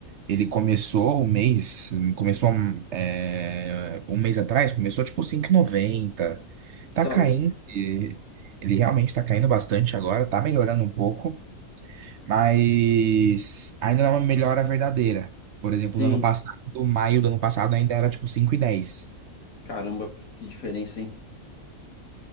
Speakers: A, on the right; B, on the left.
A: Ele começou o mês, começou é, um mês atrás, começou tipo 5,90. Tá
B: Tá
A: caindo.
B: louco.
A: e Ele realmente tá caindo bastante agora, tá melhorando um pouco, mas ainda não é uma melhora verdadeira. Por exemplo,
B: Sim.
A: no ano passado, maio do ano passado ainda era tipo 5,10.
B: Caramba, que diferença, hein?